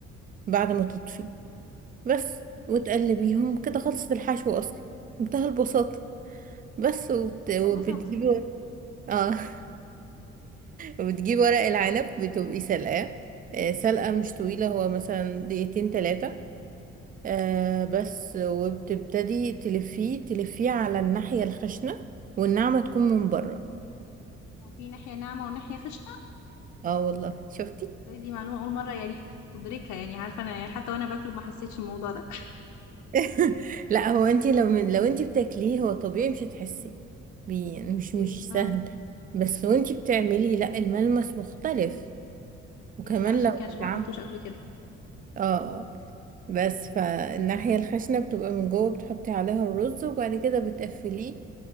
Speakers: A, on the right; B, on the left.
A: بعد ما تطفي بس
B: تمام
A: وتقلبيهم كده خلصت الحشو أصلا منتهى البساطة بس وبت... وبتجيبي
B: لا ببساطة
A: ور- اه <laughs> وبتجيب ورق العنب بتبقي سلقاه آه، سلقة مش طويلة هو مثلا دقيقتين تلاتة آه بس وبتبتدي تلفيه تلفيه على الناحية الخشنة والناعمة تكون من بره
B: هو في ناحية ناعمة وناحية خشنة
A: اه والله شفتي
B: تصدقي دي معلومة أول مرة يعني أدركها يعني عارفة أنا يعني حتى وأنا باكله ما حسيتش الموضوع ده
A: <laughs> لا هو انتي لو من لو انتي بتاكليه هو طبيعي مش هتحسي بيه يعني
B: <laughs> اوكي
A: مش مش
B: اه
A: سهل بس وانتي بتعملي لا الملمس مختلف
B: اوكي
A: وكمان
B: لا عشان
A: لو
B: كده عشان
A: اتعمل
B: ما عملتوش قبل كده
A: اه آه. بس فالناحية الخشنة بتبقى من جوه بتحطي عليها الرز وبعد كده بتقفليه